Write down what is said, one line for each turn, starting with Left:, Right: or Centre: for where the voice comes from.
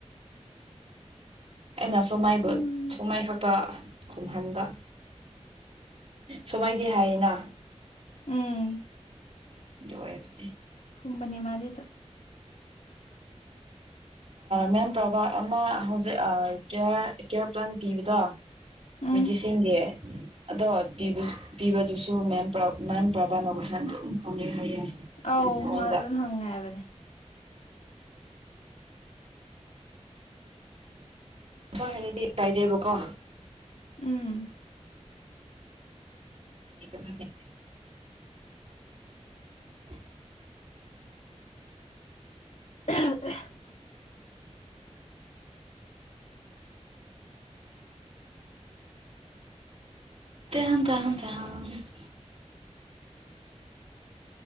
Right: ꯑꯩꯅ ꯁꯣꯃꯥꯏꯕꯨ
Left: ꯎꯝ
Right: ꯁꯣꯃꯥꯏ ꯈꯥꯠ ꯇ ꯈꯨꯝꯍꯟꯕ ꯁꯨꯃꯥꯏꯗꯤ ꯍꯥꯏꯌꯦꯅ
Left: ꯎꯝ
Right: <unintelligible>
Left: ꯈꯨꯝꯕꯅꯦ ꯃꯥꯗꯤ ꯍꯦꯛꯇꯥ
Right: ꯃꯦꯝ ꯄ꯭ꯔꯚ ꯑꯃ ꯍꯧꯖꯤꯛ ꯑꯥ ꯀꯦ ꯀꯦ ꯀꯥꯟ ꯄꯤꯕꯗꯣ
Left: ꯎꯝ
Right: ꯃꯦꯗꯤꯁꯤꯟꯒꯤ ꯑꯗꯣ ꯄꯤꯕꯁꯨ ꯄꯤꯕꯗꯨꯁꯨ ꯃꯦꯝ ꯄ꯭ꯔꯥꯕ ꯃꯦꯝ ꯄ꯭ꯔꯥꯕꯅ ꯀꫭꯏꯁꯅ ꯑꯗꯨꯝ ꯍꯪꯏꯑꯦ ꯍꯥꯏꯌꯦ
Left: ꯑꯧ
Right: ꯑꯩꯉꯣꯟꯗ
Left: ꯃꯥꯗꯤ ꯑꯗꯨꯝ ꯍꯪꯉꯦ ꯍꯥꯏꯕꯅꯦ
Right: <unintelligible> ꯍꯥꯏꯔꯗꯤ ꯀꯥꯏꯗꯦꯕꯀꯣ
Left: ꯎꯝ
Right: <unintelligible> <inaudible>
Left: <inaudible>
Right: <unintelligible>